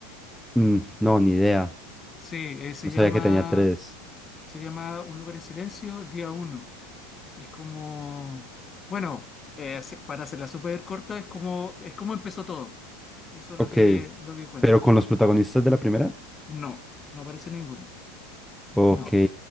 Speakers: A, in the centre; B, on the left.
A: Mm, no, ni idea.
B: Sí, eh, se
A: No sabía
B: llama,
A: que tenía tres.
B: se llama Un lugar en silencio, día uno, que es como, bueno, eh, se- para hacerla súper corta, es como, es como empezó todo. Eso es
A: Ok.
B: lo que, lo que cuenta.
A: Pero con los protagonistas de la primera.
B: No, no aparece ninguno.
A: Ok.
B: No.